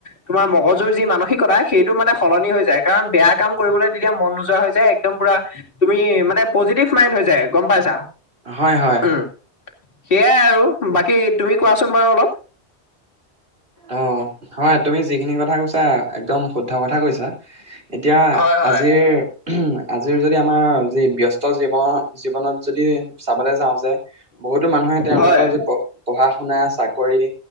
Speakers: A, on the left (about 55°); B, on the right (about 60°).
A: তোমাৰ মগজুৰ যি মানসিকতা সেইটো মানে সলনি হৈ যায়। কাৰণ বেয়া কাম কৰিবলৈ তেতিয়া মন নোযোৱা হৈ যায়। একদম পোৰা তুমি মানে পজিটিভ মাইনড হৈ যায় গ'ম পাইছা,
B: হয় হয়
A: উম সেইয়েই আৰু বাকী তুমি কোৱাচোন বাৰু অলপ।
B: অ' হয়, তুমি যিখিনি কথা কৈছা একদম শুদ্ধ কথা কৈছা। এতিয়া
A: হয় হয়
B: আজিৰ আজিৰ যদি আমাৰ যি ব্যস্ত জীৱন জীৱনত যদি চাবলৈ যাওঁ যে বহুতো মানুহে তেওঁলোকৰ
A: হয়
B: যি পঢ়া শুনা চাকৰি